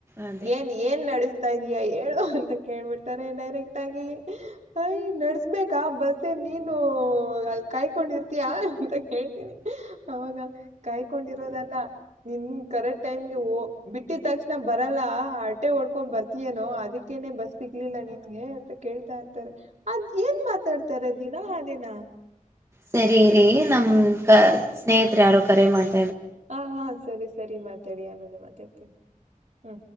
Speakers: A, on the right; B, on the right.
A: ಅದೇ
B: ಏನ್ ಏನ್ ನಡೆಸ್ತಾ ಇದಯಾ ಹೇಳು ಅಂತ ಕೇಳ್ಬಿಡ್ತಾರೆ ಡೈರೆಕ್ಟ್ ಆಗಿ ಅಯ ನಡ್ಸ್ಬೇಕ ಕಾ ಬಸ್ ನೀನು ಅಲ್ಲಿ ಕಾಯ್ಕೊಂಡಿರ್ತೀಯಾ ಅಂತ ಕೇಳ್ತೀನಿ ಅವಾಗ ಕಾಯ್ಕೊಂಡಿರೋದಲ್ಲ ನಿನ್ ಕರೆಕ್ಟ್ ಟೈಮ್ಗೆ ಬಿಟ್ಟಿದ ತಕ್ಷಣ ಬರಲ್ಲ ಆಟೆ ಓಡ್ಕೊಂಡ್ ಬರ್ತಿಯೇನೋ ಅದಕ್ಕೇನೆ ಬಸ್ ಸಿಗ್ಲಿಲ್ಲ ನೀ ಹಗೆ ಅಂತ ಕೇಳ್ತಾ ಇರ್ತಾರೆ ಅದ್ ಏನ್ ಮಾತಾಡ್ತಾರೆ ದಿನಾ ಆ ದಿನ
A: ಸರಿ ರೀ ನಮ ಸ್ನೇಹಿತರು ಯಾರೋ ಕರೆ ಮಾಡ್ತ
B: ಹಾ ಹಾ ಸರಿ ಸರಿ ಮಾತಾಡಿ ಆಮೇಲೆ ಮಾತಾಡ್ತೀನಿ ಹಾ